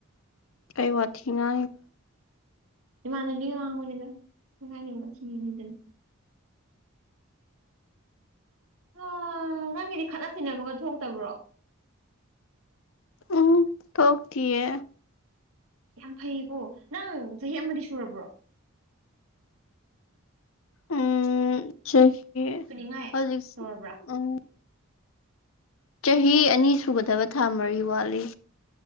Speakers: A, on the left; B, on the right.
A: ꯀꯩ ꯋꯥ ꯊꯅ
B: ꯏꯃꯥꯅꯕꯤ ꯋꯥꯡꯒꯅꯤꯗꯥꯏꯗꯅ ꯑ ꯅꯪꯒꯤꯗꯤ ꯈꯠꯅ ꯆꯩꯤꯅꯕꯒ ꯊꯣꯛꯇꯕ꯭ꯔꯣ
A: ꯎꯝ ꯊꯣꯛꯣꯛ ꯊꯤꯦ
B: ꯌꯥꯝ ꯐꯩꯌꯦꯀꯣ ꯅꯪ ꯆꯍꯤ ꯑꯃꯗꯤ ꯁꯨꯔꯕ꯭ꯔꯣ
A: ꯎꯝ ꯆꯍꯤ
B: ꯁꯨꯅꯤꯡꯉꯥꯏ
A: ꯍꯧꯖꯤ
B: ꯇꯧꯔꯕ꯭ꯔꯥ
A: ꯎꯝ ꯆꯍꯤ ꯑꯅꯤ ꯁꯨꯒꯗꯕ ꯊꯥ ꯃꯔꯤ ꯋꯥꯠꯂꯤ